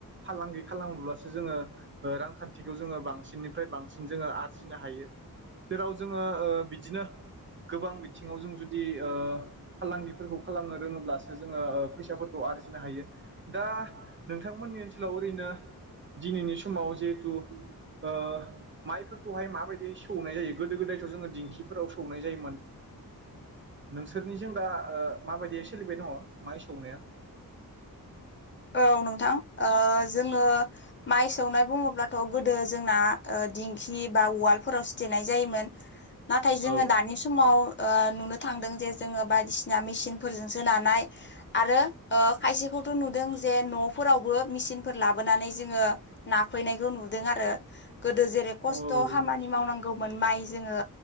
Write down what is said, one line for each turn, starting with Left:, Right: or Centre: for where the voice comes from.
Right: फालांगि खालामोब्लासो जोङो ओ रांखान्थिखौ जोङो बांसिन निफ्राय बांसिन जोंङो आरजिनो हायो जेराव जोंङो बिदिनो गोबां बिथिंङाव जों जुदि ओ फालांगिफोरखौ खालामनो रोङोब्लासो जोंङो फैसाफोरखौ आरजिनो हायो दा नोंथांमोननि ओनसोलाव ओरैनो दिनैनि समाव जिहेथु ओ माइफोरखौहाय माबायदि सौनाय जायो गोदो गोदायथ' जोङो दिंखिफोराव सौनाय जायोमोन नोंसोरनिजों दा माबायदियै सोलिबाय दङ माय सौनाया
Left: औ नोंथां जोंङो माइ सौनाय बुंङोब्लाथ' गोदो जोंना दिंखि बा उवालफोराव सो देनाय जायोमोन नाथाय जोंङो
Right: औ
Left: दानि समाव नुनो थांदों जे जोंङो बायदिसिना मेसिनफोरजों नानाय आरो खायसेखौथ' नुदों जे न'फोरावबो मेचिनफोर लाबोनानै जोंङो नाफैनायखौ नुदों आरो गोदो जेरै खस्थ'
Right: औ
Left: खामानि मावनांगौमोन माइ जोंङो